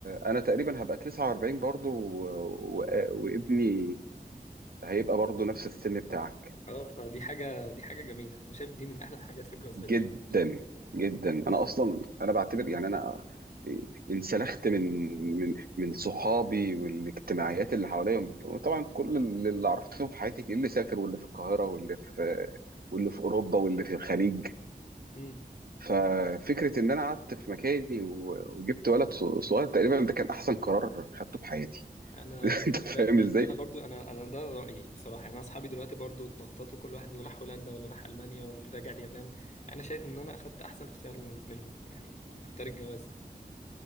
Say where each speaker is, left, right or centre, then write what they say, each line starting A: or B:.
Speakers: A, on the right (about 65°); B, on the left (about 45°).
A: انا تقريبا هبقى 49 برضو و... و... وابني هيبقى برضو نفس السن بتاعك
B: اه فدي حاجه دي حاجه جميله انا شايف دي من احلى الحاجات في الجواز
A: جدا
B: بدري
A: جدا انا اصلا انا بعتبر يعني انا انسلخت من من من صحابي والاجتماعيات اللي حواليا طبعا كل اللي عرفتهم في حياتي اللي سافر واللي في القاهره واللي في واللي في اوروبا واللي في الخليج
B: امم
A: ففكره ان انا قعدت في مكاني و- وجبت ولد ص- صغير تقريبا ده كان احسن قرار خدته في حياتي
B: انا
A: <laughs>
B: انا ده,
A: انت فاهم
B: ده,
A: ازاي؟
B: ده انا برضو انا انا ده رايي بصراحه يعني انا اصحابي دلوقتي برضو اتنططوا كل واحد اللي راح هولندا واللي راح المانيا واللي راجع اليابان انا شايف ان انا اخدت احسن اختيار من- منهم يعني اختيار الجواز ده